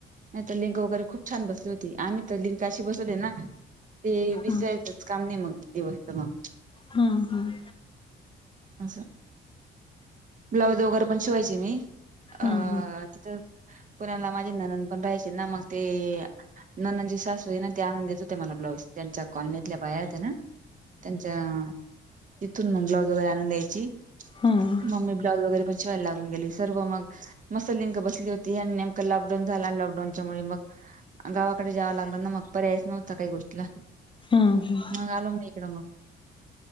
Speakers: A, on the right; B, on the left.
A: नाही तर लिंक वगैरे खूप छान बसली होती आम्ही तर लिंक आशी बसवले ना ते विसरायचंच
B: हम्म
A: काम नाही मग ती वास्त मग.
B: हम्म हम्.
A: असं. ब्लाऊज वगैरे पण शिवायचे मी अ
B: हम्म
A: तिथ, पुण्याला माझे ननन पण राहायचे ना मग ते ननद जी सासू आहे ना ते आणून देत होते मला ब्लाऊज त्यांच्या कॉलनीतल्या बाया होत्या ना. त्यांच्या तिथून मग ब्लाऊज वगैरे आणून द्यायची.
B: हम्म.
A: मग मी ब्लाऊज वगैरे पण शिवावला लागून गेली सर्व मग मस्त लिंग बसली हो ते आणि नेमकं लॉकडाऊन झाला आणि लॉकडाऊनच्या मुळे मग गावाकडे जावं लागलं ना मग. पर्यायच नव्हता काही गोष्टीला,
B: हम्म
A: मग आलो मग इकडं मग.